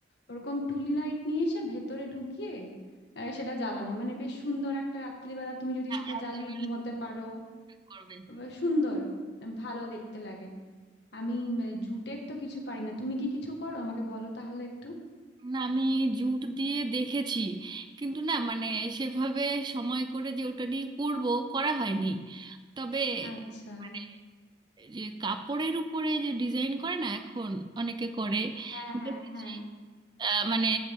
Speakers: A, on the left (about 60°); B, on the right (about 25°).
A: ওরকম টুনি লাইট নিয়ে এসে ভেতরে ঢুকিয়ে আহ, সেটা জ্বালানো মানে বেশ সুন্দর একটা রাত্রিবেলা তুমি যদি
B: হ্যাঁ,
A: সেটা
B: হাতের
A: জ্বালিয়ে
B: কাজ
A: ঘুমোতে পারো
B: করবে
A: আহ, সুন্দর ভালো দেখতে লাগে আমি উম, জুটের তো কিছু পারি না তুমি কি কিছু করো আমাকে বলো তাহলে একটু
B: না আমি জুট দিয়ে দেখেছি কিন্তু না মানে সেভাবে সময় করে যে ওটা নিয়ে করব করা হয়নি তবে
A: আচ্ছা
B: মানে যে কাপড়ের উপরে যে ডিজাইন করে না এখন অনেকে করে
A: হ্যাঁ হ্যাঁ
B: দেখেছি
A: হ্যাঁ
B: আহ, মানে